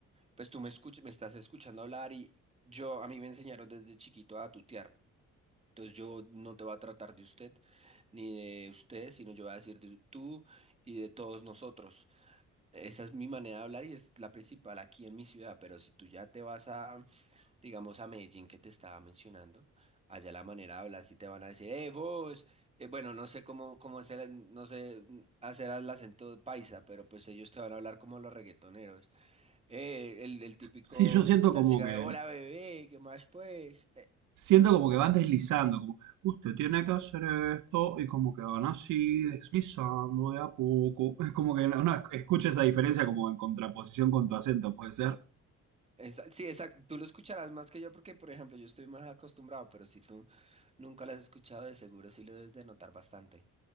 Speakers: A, on the right (about 20°); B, on the right (about 80°).
A: pues tú me escuch- me estás escuchando hablar y yo a mí me enseñaron desde chiquito a tutear. Entonces yo no te voy a tratar de usted ni de usted, sino yo voy a decir de tú y de todos nosotros. Esa es mi manera de hablar y es la principal aquí en mi ciudad, pero si tú ya te vas a, digamos, a Medellín que te estaba mencionando, allá la manera de hablar sí te van a decir, eh, vos, Eh, bueno, no sé cómo, cómo hacer, el- no sé mm, hacer el acento paisa, pero pues ellos te van a hablar como los reggaetoneros. Eh, el, el típico,
B: Sí, yo siento
A: la
B: como
A: chica
B: que
A: de, hola bebé, ¿qué más pues?
B: siento como que van deslizando, como usted tiene que hacer esto y como que van así deslizando de a poco. Es como que no, no, escucha esa diferencia como en contraposición con tu acento, puede ser.
A: Esa- sí, exacto. Tú lo escucharás más que yo porque, por ejemplo, yo estoy más acostumbrado, pero si tú nunca lo has escuchado, de seguro sí lo debes de notar bastante.